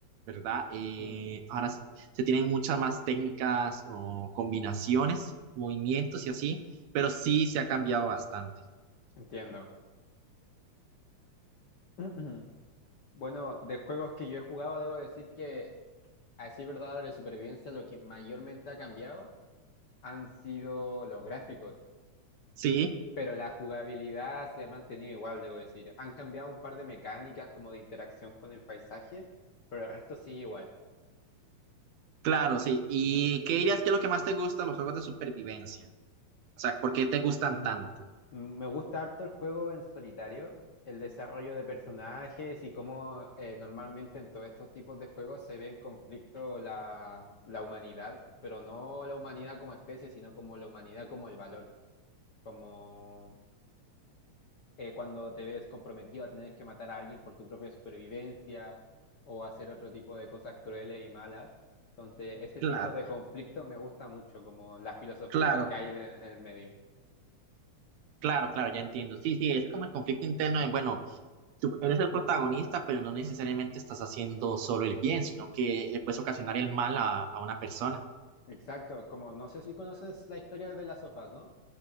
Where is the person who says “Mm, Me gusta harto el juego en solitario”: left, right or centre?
Left